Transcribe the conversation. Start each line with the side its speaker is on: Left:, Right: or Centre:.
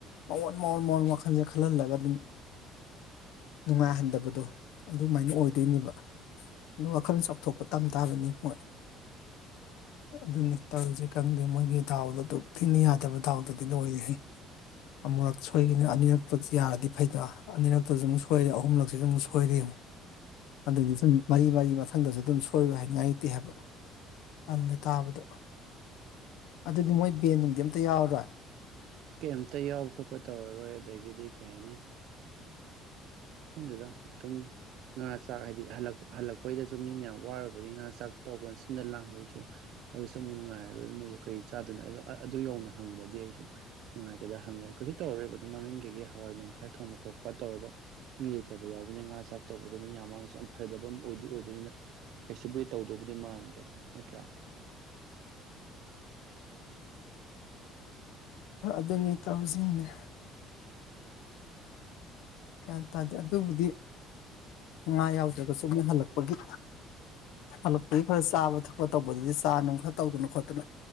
Left: ꯃꯉꯣꯟ ꯃꯋꯣꯟ ꯃꯣꯟ ꯋꯥꯈꯜꯁꯦ ꯈꯜꯍꯜꯂꯒ ꯑꯗꯨꯝ ꯅꯨꯡꯉꯥꯏꯍꯟꯗꯕꯗꯣ ꯑꯗꯨꯃꯥꯏꯅ ꯑꯣꯏꯗꯣꯏꯅꯦꯕ ꯑꯗꯨ ꯋꯥꯈꯜꯂꯣꯟ ꯆꯥꯎꯊꯣꯛꯄ ꯇꯝ ꯇꯥꯕꯅꯤ ꯃꯣꯏ ꯑꯗꯨꯅꯤ ꯇꯧꯔꯤꯁꯦ ꯈꯪꯗꯦ ꯃꯣꯏꯒꯤ ꯗꯥꯥꯎꯗꯣ ꯑꯗꯨ ꯊꯤꯟꯅ ꯌꯥꯗꯕ ꯗꯥꯥꯎꯗ ꯑꯗꯨ ꯂꯣꯏꯔꯤꯁꯤ ꯑꯃꯨꯛꯨꯔꯛ ꯁꯣꯏꯈꯤꯅ ꯑꯅꯤꯔꯛꯇꯗꯤ ꯌꯥꯔꯗꯤ ꯐꯩꯗ ꯑꯅꯤꯔꯛꯇꯁꯨ ꯑꯃꯨꯛ ꯁꯣꯏꯔꯦ ꯑꯍꯨꯝꯂꯛꯁꯤꯁꯨ ꯑꯃꯨꯛ ꯁꯣꯏꯔꯤ ꯑꯗꯨꯗꯤ ꯁꯨꯝ ꯃꯔꯤ ꯃꯔꯤ ꯃꯊꯪꯗꯁꯨ ꯑꯗꯨꯝ ꯁꯣꯏꯔꯣꯏ ꯍꯥꯏꯉꯥꯏꯇꯦ ꯍꯥꯏꯕ ꯄꯜꯂꯦ ꯇꯥꯕꯗꯣ ꯑꯗꯨꯗꯤ ꯃꯣꯏ ꯕꯦꯟ ꯅꯨꯡꯗꯤ ꯑꯝꯇ ꯌꯥꯎꯔꯣꯏꯥ
Right: ꯀꯩꯇ ꯌꯥꯎꯕ ꯈꯣꯠꯄ ꯇꯧꯔꯔꯣꯏ ꯑꯗꯒꯤꯗꯤ ꯀꯩ ꯍꯥꯏꯅꯤ ꯪꯗꯨꯗ ꯑꯗꯨꯝ ꯉꯥ ꯆꯥꯛ ꯍꯥꯏꯗꯤ ꯍꯜꯂꯛꯄꯩꯗꯁꯨ ꯃꯤ ꯃꯌꯥꯝ ꯋꯥꯔꯨꯕꯒꯤ ꯉꯥ ꯆꯥꯛ ꯇꯧꯕ ꯁꯤꯗ ꯂꯥꯡꯗꯨꯁꯨ ꯑꯗꯨ ꯆꯨꯛ ꯅꯨꯡꯉꯥꯏꯔꯔꯣꯏ ꯃꯣꯏꯁꯨ ꯀꯩ ꯆꯥꯗꯅꯣ ꯑꯗꯨ ꯌꯧꯅ ꯍꯪꯕꯗꯤ ꯑꯩ <inaudible> ꯅꯨꯡꯉꯥꯏꯇꯗꯅ ꯍꯪꯉꯦ ꯀꯩꯁꯨ ꯇꯧꯔꯣꯏꯕ ꯑꯗꯨꯣ ꯃꯃꯤꯡ ꯀꯩꯒꯤ ꯍꯋꯥꯏ ꯅꯨꯡ ꯈꯔ ꯊꯣꯡꯕ ꯈꯣꯠꯄ ꯇꯧꯔꯒ ꯃꯤ ꯂꯩꯇꯕ ꯌꯥꯎꯕ ꯉꯥ ꯆꯥꯛ ꯇꯧꯕ ꯑꯗꯨꯝ ꯌꯥꯝꯌꯥꯝ ꯃꯥ ꯌꯥꯝ ꯐꯗꯕ ꯑꯃ ꯑꯣꯏꯗꯤ ꯑꯣꯏꯗꯣꯏꯅꯤꯅ ꯀꯩꯁꯨ ꯦ ꯇꯧꯗꯧꯕꯗꯤ ꯃꯥꯟꯗ꯭ꯔꯦ ꯅꯠꯇ꯭ꯔꯥ
Left: ꯑꯗꯨꯅꯤ ꯇꯧꯁꯤꯡꯅꯦ ꯀꯌꯥ ꯇꯥꯗꯦ ꯑꯗꯨꯕꯨꯗꯤ ꯉꯥ ꯌꯥꯎꯗ꯭ꯔꯒꯁꯨꯅ ꯍꯜꯂꯛꯄꯒꯤ ꯍꯜꯂꯛꯄꯒꯤ ꯐꯔ ꯆꯥꯕ ꯊꯛ ꯣ ꯇꯧꯕꯗꯨꯗꯤ ꯆꯥ ꯅꯨꯡ ꯈꯔ ꯇꯧꯗꯅ ꯈꯣꯠꯇꯅ